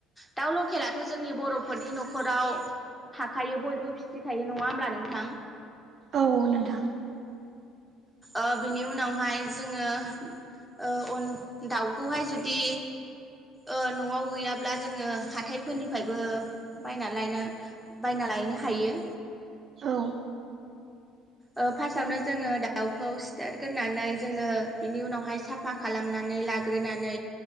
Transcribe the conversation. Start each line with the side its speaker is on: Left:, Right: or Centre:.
Centre: दाउ लकेलाथ' जोंनि बर'फोरनि न'खर न'खराव थाखायो बयबो फिसिखायो नङा होमब्ला नोंथां
Right: औ नोंथां
Centre: ओ बिनि उनावहाय जोङो ओ अन दाउखौहाय जुदि ओ न'आव गैयाब्ला जोङो हाथाय फोरनिफ्रायबो बायना लायनो - बायना लायनो हायो
Right: औ
Centre: ओ फार्स्टआवनो जोङो दाउखौ सिथारग्रोनानै जोङो बिनि उनावहाय साफा खालामनानै लाग्रोनानै